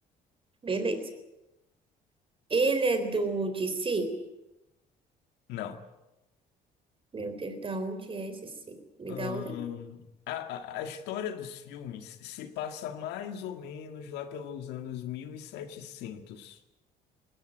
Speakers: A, on the right; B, on the left.
A: beleza. Ele é do DC?
B: Não.
A: Meu Deus, da onde é esse C? Me
B: Ahn,
A: dá outra?
B: a, a a história dos filmes se passa mais ou menos lá pelos anos 1700.